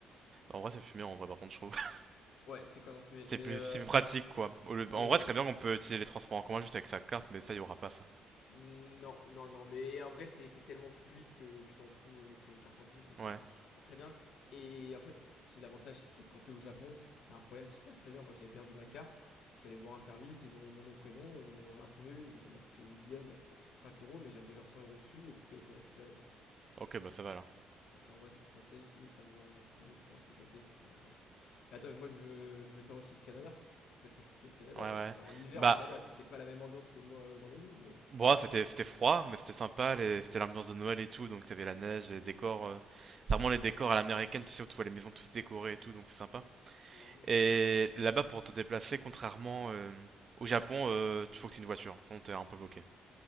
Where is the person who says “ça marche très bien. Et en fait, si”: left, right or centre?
Left